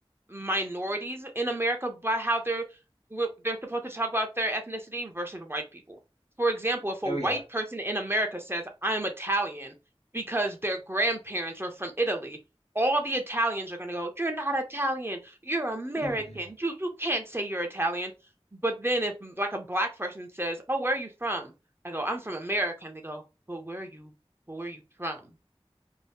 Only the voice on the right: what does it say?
minorities in America by how they're they're supposed to talk about their ethnicity versus white people. For example, if a
white
person in America says, "I'm Italian," because their grandparents are from Italy, all the Italians are going to go, "You're not Italian. You're American.
You you can't say you're Italian." But then if like a black person says, "Oh, where are you from?" I go, "I'm from America," and they go, "But where are you? But where are you from?"